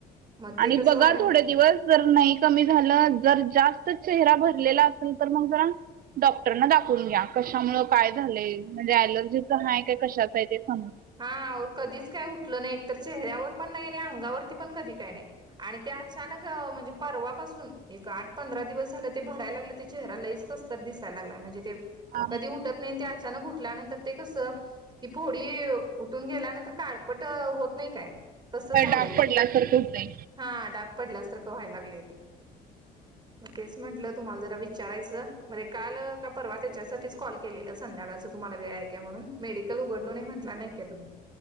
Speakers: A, on the right; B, on the right.
A: मग ते
B: आणि
A: कसं
B: बघा
A: व्हायला
B: थोडे दिवस भर नाई कमी झालं जर जास्त चेहरा भरलेला असेल तर मग जरा डॉक्टरना दाखवून घ्या, कशामुळं काय झालंय म्हणजे अलर्जीचं हाय काय कशाच आहे ते सम
A: हां कधीच काय उठलं नाही एक तर चेहऱ्यावर पण नाही आणि अंगावर पण कधी काही नाई आणि ते अचानक म्हणजे परवापासून एक आठ पंधरा दिवस झालं ते भरायला लागलं ते चेहरा लहीच कसतर दिसाय लागलाय म्हणजे ते
B: हा
A: कधी उठत नई ते अचानक ऊटल्यानंतर ते कस ती फोडी ठून गेल्यानंतर काळपट होत नाही काय तस झालंय
B: डाग
A: ते.
B: पडल्यासारखं होतंय.
A: हां डाग पडला सारखं व्हाय लागलंय ते. म तेच म्हंटलं तुम्हाला जरा विचारायचं <unintelligible> मण काल का परवा त्याच्यासाठीच कॉल केलेलं संध्याकाळच तुम्हाला वेळ आय काय म्हणून मेडिकल उघडलो नाही म्हटला नाय का तुम्ही.